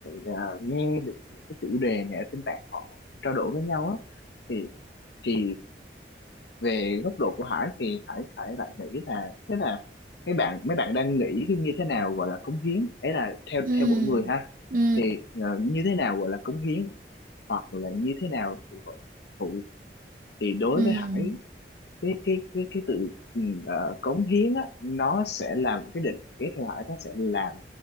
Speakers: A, on the left; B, on the right.
A: ờ, nghe được những cái chủ đề này ở trên mạng họ trao đổi với nhau á thì thì về góc độ của Hải thì Hải Hải lại nghĩ là thế là mấy bạn mấy bạn đang nghĩ cái như thế nào gọi là cống hiến ấy là theo
B: ừ
A: theo mỗi người ha
B: ừ
A: thì ờ, như thế nào gọi là cống hiến hoặc là như thế nào thì gọi là phụ thì đối
B: ừ
A: với Hải cái cái cái cái tự ừ, ờ, cống hiến á nó sẽ làm cái định nghĩa theo Hải nó sẽ làm